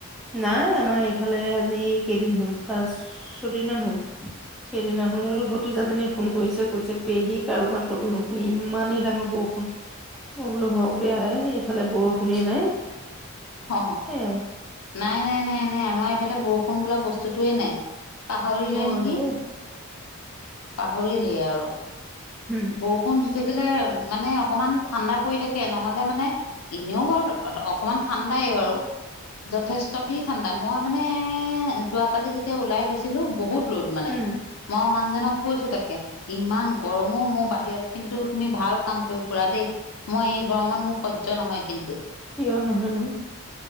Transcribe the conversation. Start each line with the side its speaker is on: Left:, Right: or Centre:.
Centre: নাই আমাৰ এই। ফালে আজি কেইদিন হ'ল, পাঁচ ছয়দিন মান হ'ল, সেইদিনা ভতিজা জনীয়ে ফোন কৰিছে কৈছে, পেহী কাৰো মাত কতো নুশুনি ইমানে ডাঙৰ বৰষুণ।
Left: উ <inaudible>
Centre: মই বোলো হক দে আই এইফালে বৰষুণেই নাই।
Left: হ হ <inaudible>
Centre: <unintelligible>
Left: নাই-নাই-নাই আমাৰ এইফালে বৰষুণ বোলা বস্তুতোৱেই নাই। পাহৰিলে
Centre: হয়
Left: নেকি?
Centre: দেই
Left: পাহৰিলেই আৰু।
Centre: উম
Left: বৰষুণ দি থাকিলে মানে অকণমান ঠাণ্ডা পৰি থাকে, নহ'লে মানে এনেও বাৰু অকমান ঠাণ্ডাই বাৰু। যথেষ্ট খিনি ঠাণ্ডা, মই মানে যোৱাকালি যেতিয়া ওলাই গৈছিলো বহুত ৰ'দ মানে,
Centre: উম
Left: মই মানুহজনক কৈছো তাকে ইমান গৰম ম মোৰ বাহিৰত কিন্তু তুমি ভাল কাম কৰি ফুৰা দেই। মই এই গৰমত মোৰ সহ্য নহয় কিন্তু।
Centre: কিয় নহয়নো?